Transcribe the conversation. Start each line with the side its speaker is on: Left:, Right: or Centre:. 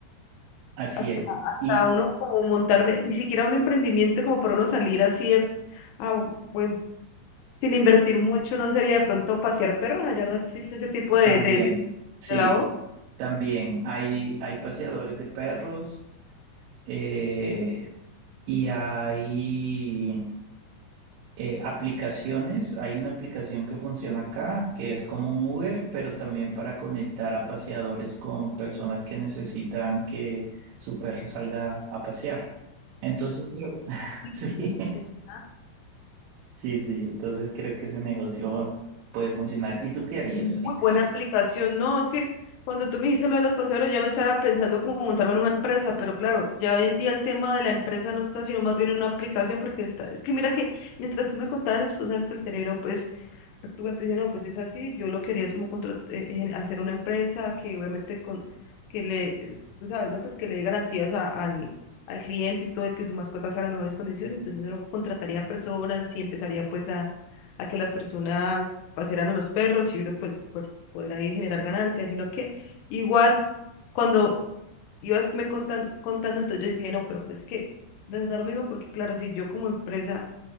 Right: así
Left: hasta,
Right: es.
Left: hasta
Right: Y
Left: uno como montar, ne- ni siquiera un emprendimiento como para uno salir así de, ah, bueno, sin invertir mucho, no sería de pronto pasear perros, allá no existe ese tipo de,
Right: también,
Left: de, de,
Right: sí,
Left: de labor.
Right: también hay, hay paseadores de perros. eh, Y hay eh, aplicaciones, hay una aplicación que funciona acá, que es como un Uber, pero también para conectar a paseadores con personas que necesitan que su perro salga a pasear. Entonces, creo, <laughs>
Left: aplicación
Right: sí,
Left: interesante,
Right: sí, sí, entonces creo que ese negocio puede funcionar. ¿Y tú qué harías
Left: Muy
Right: en Cali?
Left: buena aplicación. No, es que cuando tú me dijiste lo de los paseadores, ya me estaba pensando como montarme en una empresa, pero claro, ya hoy en día el tema de la empresa no está, sino más bien en una aplicación, porque está, es que mira que mientras tú me contabas, eso, tú sabes que el cerebro, pues, Actualmente dije, no, pues es así, yo lo quería es como contrat- eh, gen- hacer una empresa que obviamente con, que le, eh, tú sabes, ¿no? Pues que le dé garantías a- al, al cliente y todo, de que su mascota sea en las mejores condiciones, entonces uno contrataría personas y empezaría pues a, a que las personas pasearan a los perros y uno pues por, poder ahí generar ganancias y lo que, igual cuando ibas me contan- contando, entonces yo dije, no, pero pues que, no es lo mismo porque claro, si yo como empresa